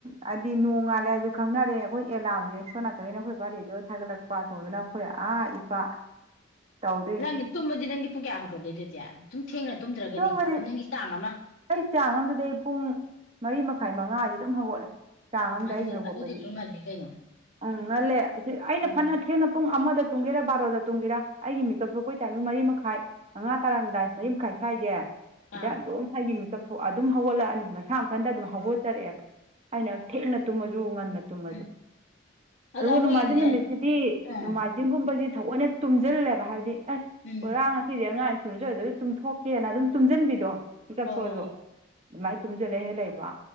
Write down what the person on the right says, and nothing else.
ꯍꯥꯏꯗꯤ ꯅꯣꯡꯉꯥꯜꯂꯦ ꯍꯥꯏꯁꯨ ꯈꯪꯅꯔꯦ ꯑꯩꯈꯣꯏ ꯑꯦꯂꯥꯝꯦ ꯁꯣ ꯅꯥꯀꯅꯤꯅ ꯑꯩꯈꯣꯏ ꯕꯥ ꯔꯦꯗꯤꯑꯣ ꯊꯥꯒꯠꯂꯛꯄ ꯁꯣꯗꯅ ꯑꯩꯈꯣꯏ ꯑ ꯏꯄꯥ ꯇꯧꯗꯣꯏꯅꯤ
ꯇꯨꯝꯕꯗꯤ
ꯑꯩ ꯆꯥꯡ ꯑꯃꯗꯨꯗꯤ ꯑꯩ ꯄꯨꯡ ꯃꯔꯤ ꯃꯈꯥꯏ ꯃꯉꯥꯗꯤ ꯑꯗꯨꯝ ꯍꯧꯒꯠꯂꯦ ꯆꯥꯡ ꯑꯃꯗ
ꯑꯩꯒꯤ ꯍꯧꯒꯠꯄꯗꯤ
ꯑꯪ ꯉꯜꯂꯦ ꯑꯁꯤ ꯑꯩꯅ
ꯐꯅ ꯊꯦꯡꯅ ꯄꯨꯡ ꯑꯃꯗ ꯇꯨꯝꯒꯦꯔꯥ ꯕꯥꯔꯣꯗ ꯇꯨꯝꯒꯦꯔꯥ ꯑꯩꯒꯤ ꯃꯤꯀꯞ ꯁꯣꯛꯄꯒꯤ ꯇꯥꯏꯃꯤꯡ ꯃꯔꯤ ꯃꯈꯥꯏ ꯃꯉꯥ ꯇꯥꯔꯝꯗꯥꯏ ꯃꯔꯤ ꯃꯈꯥꯏ ꯁ꯭ꯋꯥꯏꯁꯦ ꯆꯗꯥꯛꯗ
ꯑꯩꯒꯤ ꯃꯤꯦꯀꯞ ꯊꯣꯛ ꯑꯗꯨꯝ ꯍꯧꯒꯠꯂꯛꯑꯅꯤ ꯃꯁꯥ ꯃꯊꯟꯇ ꯑꯗꯨꯝ ꯍꯧꯒꯠꯆꯔꯛꯑꯦꯕ ꯑꯩꯅ ꯊꯦꯡꯅ ꯇꯨꯝꯃꯁꯨ ꯉꯟꯅ ꯇ ꯑꯗꯨ
ꯑꯗꯨꯕꯨꯃ
ꯅꯨꯃꯤꯁꯤꯗꯤ
ꯅꯃꯒꯨꯝꯕꯗꯤ ꯊꯑꯣꯏꯅ ꯇꯨꯝꯁꯤꯜꯂꯦꯕ ꯍꯥꯏꯕꯗꯤ ꯑꯁ
ꯄꯨꯔꯥ ꯉꯁꯤꯗꯤ ꯑꯉꯥꯏ ꯁꯨꯁ ꯑꯗꯨ ꯇꯨꯝꯊꯣꯛꯀꯦꯅ ꯑꯗꯨꯝ ꯇꯨꯝꯁꯤꯟꯕꯤꯗꯣ ꯄꯤ ꯇꯞꯊꯣꯛꯑꯁꯨ
ꯑꯗꯨꯃꯥꯏꯅ ꯇꯨꯝꯁꯤꯜꯂꯦ ꯍꯦ ꯂꯩꯕ